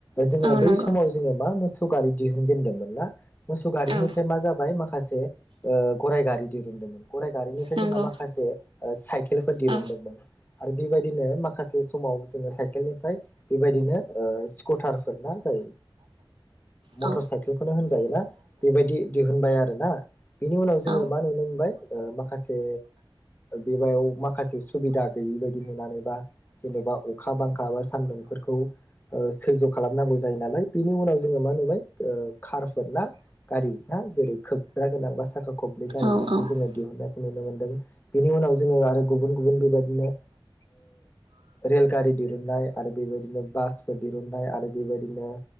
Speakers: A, on the left (about 20°); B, on the right (about 70°).
A: जोङो
B: औ
A: बै
B: नंगौ
A: समाव जोङो मा मोसौ गारि दिहुनजेनदोंमोन ना मोसौ गारिनिफ्राय
B: औ
A: मा जाबाय माखासे गराइ गारि दिरुंदोंमोन गराइ गारिनिफ्राय
B: नंगौ
A: जोंहा माखासे साइकेलफोर दिरुनदोंमोन
B: औ
A: आरो बेबायदिनो माखासे समाव जोङो साइकेलनिफ्राय बेबायदिनो स्कुटारफोरना जाय मटर
B: औ
A: साइकेलखौनो होनजायो ना बेबायदि दिहुनबाय आरो ना बिनि उनाव जोङो
B: औ
A: मा नुनो मोनबाय माखासे बेबायाव माखासे सुबिदा गैयै बायदि नुनानैबा जेनेबा अखा बांखा बा सैज्य' खालामनांगौ जायो नालाय बेनि उनाव जोङो मा नुबाय कारफोर ना गारि ना जेरै खोबग्रा गोनां बा साखा खबनै गोनां गारि
B: औ
A: बेखौ
B: नंगौ
A: जोङो दिहुननायखौ नुनो मोनदों बिनि उनाव जोङो आरो गुबुन गुबुन बेबायदिनो रेल गारि दिहुननाय आरो बेबायदिनो बासफोर दिहुननाय आरो बेबायदिनो